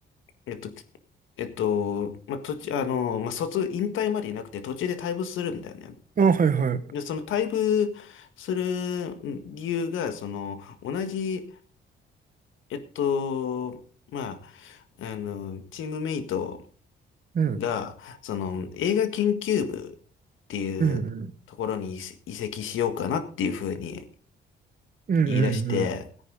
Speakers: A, on the left (about 80°); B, on the right (about 45°).
A: えっと、えっと、まあ、途中、あの、まあ、卒、引退までいなくて途中で退部するんだよね。
B: あ、はいはい。
A: で、その退部する理由が、その、同じえっと、まあ、あの、チームメイト
B: うん。
A: が、その、映画研究部っていうところに移籍移籍しようかなっていうふうに
B: うんうん。うんうんうん。
A: 言い出して、